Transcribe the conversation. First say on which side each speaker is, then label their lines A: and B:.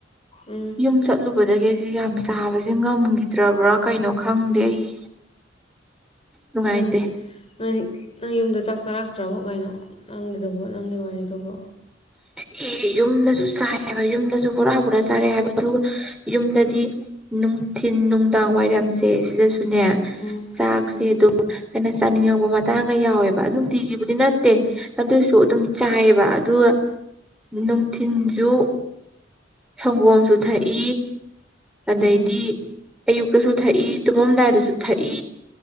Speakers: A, on the left (about 30°); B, in the centre.
A: ꯎꯝ
B: ꯌꯨꯝ ꯆꯠꯂꯨ ꯎ ꯑꯗꯨꯗꯒꯤ ꯑꯩꯁ ꯌꯥꯝ ꯆꯥꯕꯕꯁꯤꯦ ꯉꯝꯈꯤꯗ꯭ꯔꯕ꯭ꯔꯥ ꯀꯩꯅꯣ ꯈꯪꯗꯦ ꯑꯩ ꯅꯨꯡꯉꯥꯏꯇꯦ
A: ꯑꯪ ꯎ ꯅꯪ ꯌꯨꯝꯗ ꯆꯥꯛ ꯆꯥꯔꯛꯇ꯭ꯔꯕꯣ ꯀꯩꯅꯣ ꯅꯪꯒꯤꯗꯨꯕꯣ ꯅꯪꯒꯤ ꯋꯥꯔꯤꯗꯨꯕꯣ
B: ꯑꯦ ꯌꯨꯝꯗꯁꯨ ꯆꯥꯏ ꯍꯥꯏꯕ ꯌꯨꯝꯗꯁꯨ ꯕꯣꯔꯥ ꯕꯣꯔꯥ ꯆꯥꯔꯦ ꯍꯥꯏꯕ ꯑꯗꯨꯒ ꯌꯨꯝꯗꯗꯤ ꯅꯨꯡꯊꯤꯤꯟ ꯅꯨꯡꯗꯥꯡ ꯋꯥꯏꯔꯝꯁꯦ ꯁꯤꯗꯁꯨꯅꯦ
A: ꯎꯝ
B: ꯆꯥꯛꯁꯦ
A: ꯎꯝ
B: ꯑꯗꯨꯝ ꯍꯥꯏꯅ ꯆꯥꯅꯤꯡꯉꯛꯄ ꯃꯇꯥꯡꯒ ꯌꯥꯎꯋꯦꯕ ꯑꯗꯨ ꯅꯨꯡꯇꯤꯒꯤꯕꯨꯗꯤ ꯅꯠꯇꯦ ꯑꯗꯨ ꯇꫭ ꯑꯗꯨꯝ ꯆꯥꯏꯑꯕ ꯑꯗꯨꯒ ꯅꯨꯡꯊꯤꯟ ꯟꯁꯨꯨ ꯁꯪꯒꯣꯝꯁꯨ ꯊꯛꯏ ꯑꯗꯩꯗꯤ
A: ꯎꯝ
B: ꯑꯌꯨꯛꯇꯁꯨ ꯊꯛꯏ ꯇꯨꯝꯃꯝꯗꯥꯏꯗꯁꯨ ꯊꯛꯏ